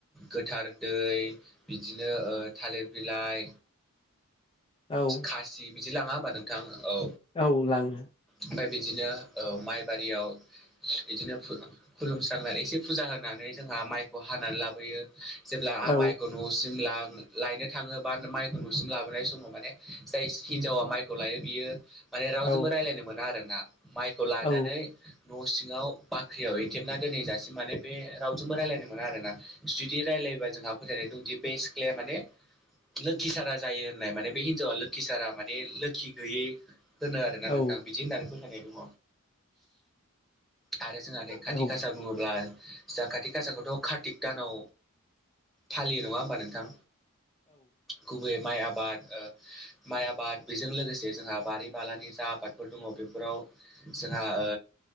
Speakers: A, in the centre; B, on the left (about 25°).
A: गोथार दै बिदिनो ओ थालिर बिलाइ
B: औ
A: खासि बिदि लाङा होमबा नोंथां औ
B: औ लाङो
A: ओमफ्राय बिदिनो औ माइ बारियाव बिदिनो खुलुमस्रां एसे फुजा होनानै जोंहा माइखौ हानानै लाबोयो जेब्ला हा
B: औ
A: माइखौ न'सिम लायनो थाङोबा माइखौ न'सिम लाबो ननाय समाव माने जाय हिनजावा माइखौ लायो बियो माने रावजोंबो
B: औ
A: रायजलायनो मोना आरो ना माइखौ लानानै
B: औ
A: न' सिङाव बाख्रियाव एथेबना दोनै जाासिम माने बे रावजोंबो रायलायनो मोना आरो जि बिदि रायलायबा जोंहा फोथायनाय दंदि बेसख्लाया माने लोखि सारा जायो नाय माने बे हिनजावा लोखि सारा माने लोखि गैयै होनो आरोना
B: औ
A: नोंथां बिदि होननानै फोथायनाय दङ आरो जोंहा नै खाति
B: औ
A: खाासा बुङोब्ला जों खाात गासाखौथ' कार्तिक दानाव फालियो नङा होमबा नोंथां गुबैय आबाद माइ आबाद बेजों लोगोसे जोंहा बारि बालानि जा आबादफोर दङ बेफोराव जोंहा ओ